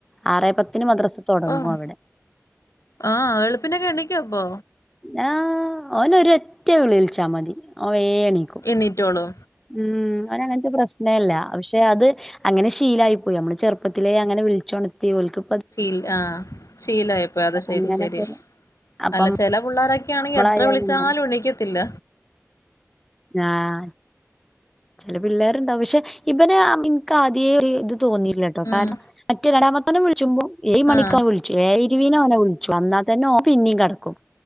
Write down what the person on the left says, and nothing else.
ഓഹ്
ആഹ് വെളുപ്പിനൊക്കെ എണീക്കോ അപ്പോ?
എണീറ്റോളോ?
ശീൽ ആഹ് ശീലായിപ്പോയി അത് ശരി
ശരി
അല്ല ചെല പുള്ളാരൊക്കെ ആണെങ്കിൽ
എത്ര വിളിച്ചാലും എണീക്കത്തില്ല
ഉം
ആഹ്